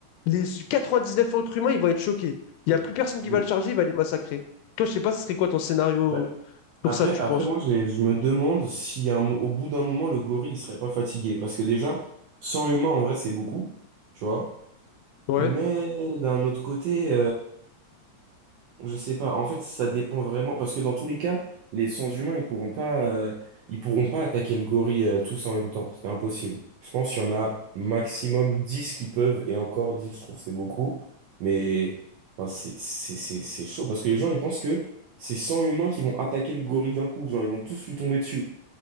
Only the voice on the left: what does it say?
Les 99 autres humains, ils vont être choqués. Il n'y a plus personne qui
va le charger, il va les massacrer. Toi, je sais pas, ce serait quoi ton scénario
pour
ça, tu
penses?
Ouais.